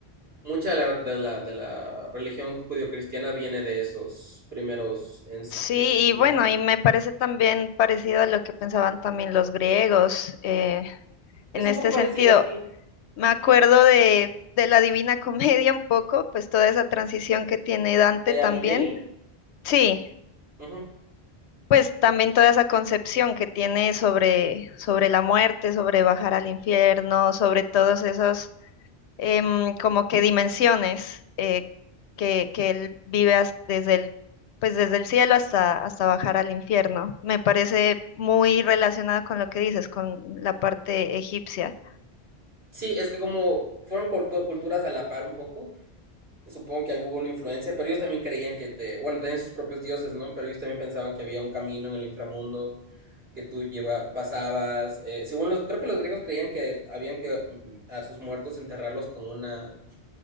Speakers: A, on the right; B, on the left.
A: mucha de la, de la, de la religión judio-cristiana viene de esos primeros... ens-
B: Sí,
A: eh,
B: y
A: ideas.
B: bueno, y me parece también parecido a lo que pensaban también los griegos eh,
A: es
B: en
A: un
B: este
A: poco parecido,
B: sentido.
A: sí,
B: Me acuerdo de, de la Divina Comedia un poco, pues toda esa transición que tiene Dante
A: de
B: también.
A: Alighieri.
B: Sí,
A: Ujú.
B: pues también toda esa concepción que tiene sobre, sobre la muerte, sobre bajar al infierno, sobre todos esos em, como que dimensiones eh, que, que él vive as- desde el, pues desde el cielo hasta, hasta bajar al infierno. Me parece muy relacionada con lo que dices, con la parte egipcia.
A: Sí, es que como fueron cultu- culturas a la par un poco. supongo que hubo una influencia, pero ellos también creían que te, bueno, tenían sus propios dioses, ¿no? Pero ellos también pensaban que había un camino en el inframundo que tú lleva, pasabas. eh, según los, creo que los griegos creían que habían que mm, a sus muertos enterrarlos con una,